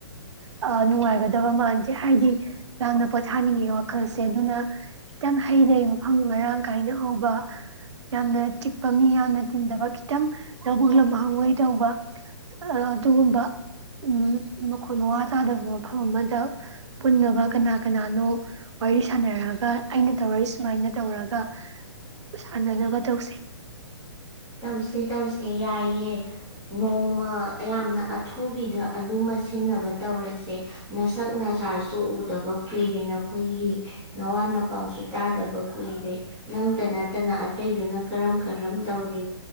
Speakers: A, on the right; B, on the right.
A: ꯑ ꯅꯣꯨꯉꯥꯏꯒꯗ ꯇꯕ ꯃꯥꯟꯗꯦ ꯍꯥꯏꯗꯤ ꯌꯥꯝꯅ ꯄꯣꯊꯥꯅꯤꯡꯉꯤ ꯋꯥꯈꯜꯁꯦ ꯑꯗꯨꯅ ꯈꯤꯇꯪ ꯍꯩ ꯂꯩ ꯃꯐꯝ ꯃꯔꯥꯡ ꯀꯥꯏꯅ ꯍꯧꯕ ꯌꯥꯝꯅ ꯆꯤꯛꯄ ꯃꯤ ꯌꯥꯝꯅ ꯇꯤꯟꯗꯕ ꯈꯤꯇꯪ ꯂꯧꯕꯨꯛ ꯂꯝ ꯍꯥꯡꯉꯣꯏ ꯇꯧꯕ ꯑꯗꯨꯒꯨꯝꯕ ꯎ ꯃꯈꯣꯟ ꯃꯋꯥ ꯇꯥꯗꯕ ꯃꯐꯝ ꯑꯃꯗ꯫ ꯗ ꯄꯨꯟꯅꯕ ꯀꯅꯥ ꯀꯅꯥꯅꯣ ꯋꯥꯔꯤ ꯁꯥꯟꯅꯔꯒ ꯑꯩꯅ ꯇꯧꯔꯛꯏ ꯁꯨꯃꯥꯏꯅ ꯇꯧꯔꯒ ꯁꯥꯟꯅꯅꯕ ꯇꯧꯁꯤ꯫
B: ꯇꯧꯁꯦ ꯇꯧꯁꯦ ꯌꯥꯏꯌꯦ ꯅꯣꯡꯃ ꯌꯥꯝꯅ ꯑꯊꯨꯕꯤꯗ ꯑꯗꯨꯃ ꯁꯤꯟꯅꯕ ꯇꯧꯔꯁꯦ ꯅꯁꯛ ꯅꯁꯥꯁꯨ ꯎꯗꯕ ꯀꯨꯏꯔꯦ ꯅꯈꯣꯏꯒꯤ ꯅꯋꯥ ꯅꯄꯥꯎꯁꯨ ꯇꯥꯗꯕ ꯀꯨꯏꯔꯦ ꯅꯪꯇ ꯅꯠꯇꯅ ꯑꯇꯩꯗꯨꯅ ꯀꯔꯝ ꯀꯔꯝ ꯇꯧꯔꯤ